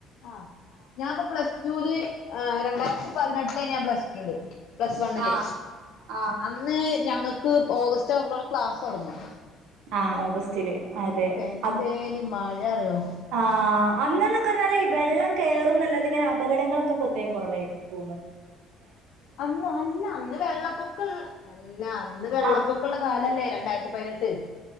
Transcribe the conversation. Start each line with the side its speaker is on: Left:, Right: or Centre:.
Left: ആ ഞാപ്പോ പ്ലസ് ടൂല് രണ്ടായിരത്തി പതിനെട്ട <unintelligible> ഞാൻ പ്ലസ് ടുല് പ്ലസ് വണ്ണില്
Right: ആ ആ
Left: അന്ന് ഞങ്ങക്ക് ഓഗസ് റ്റവുംമ്പളാണ് ക്ലാസ് തൊടങ്ങാ
Right: ആ ഓഗസ്റ്റില് അതെ
Left: എന്തേനി
Right: അ
Left: മഴ റിയോ
Right: ആ അന്നെന്ന ക്കർഞ്ഞാലെ ഈ വെള്ളം കേറു നല്ലാതിങ്ങനെ അപകടങ്ങളൊക്കെ പൊതുവേ കുറവായിരുന്നു തോന്ന്ണ്
Left: അന്ന് അല്ല അന്ന് വെള്ളപ്പൊക്കള്ള അല്ല അന്ന് വെള്ളപ്പൊക്കള്ള
Right: ആ
Left: കാലല്ലേ രണ്ടായിരത്തി പതിനെട്ട്